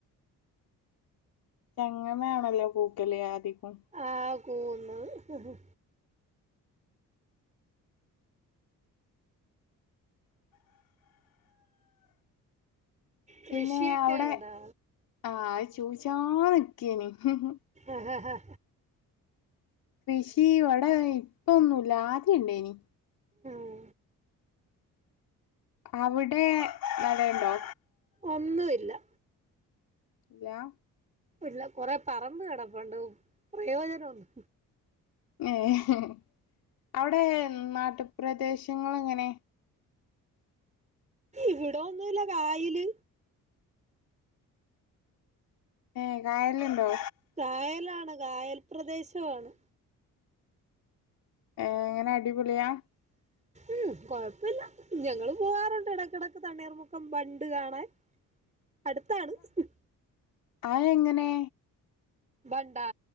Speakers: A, on the left; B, on the right.
A: ചങ്ങനാണല്ലോ കൂട്ടല് അധികം.
B: ആഹ് ആഹ് കൂവ്ന്ന് ഹ് ഹ്. കൃഷിയൊക്കെ
A: പിന്നേ അവ്ടെ
B: ഇണ്ടാ
A: ആഹ് അ് ചോയിച്ചാ നിക്കിയനി ഹ്ം ഹ്ം.
B: ആഹ് ഹാ ഹാ.
A: കൃഷീ വടെ ഇപ്പൊന്നുല്ല ആദ്യണ്ടേനി.
B: ആഹ്ഹ്
A: അവ്ടെ നടയണ്ടോ?
B: ഒന്നുഇല്ല.
A: ലാ.
B: ഇല്ല, കൊറെ പറമ്പ് കിടപ്പൊണ്ട്, പ്രയോജനൊന്നു
A: ഏഹ്ഹ്ഹ് അവ്ടെ നാട്ട് പ്രദേശങ്ങൾ എങ്ങനെ?
B: ഇവിടോന്നുല്ല കായില്.
A: ഏഹ് കായലുണ്ടോ?
B: കായലാണ് കായൽ പ്രദേശവാണ്.
A: ഏഹ് ങ്ങനെ അടിപൊളിയാ?
B: ഉം കൊഴപ്പില്ല, ഞങ്ങളും പോകാറുണ്ട് ഇടക്കിടക്ക് തണ്ണീർ മുക്കം ബണ്ട് കാണാൻ.
A: <inaudible>
B: അടുത്താണ് ഹ്ം.
A: ആയെങ്ങനെ?
B: ബണ്ടാ,